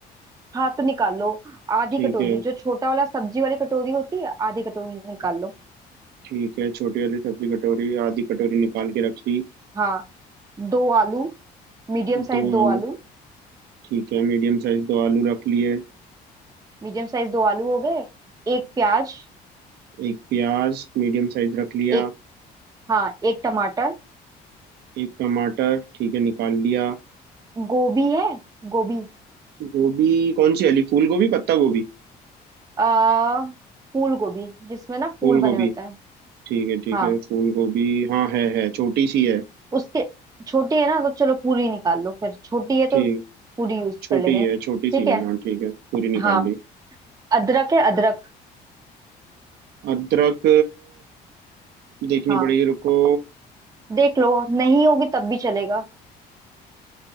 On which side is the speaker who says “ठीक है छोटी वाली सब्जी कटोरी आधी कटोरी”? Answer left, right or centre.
Right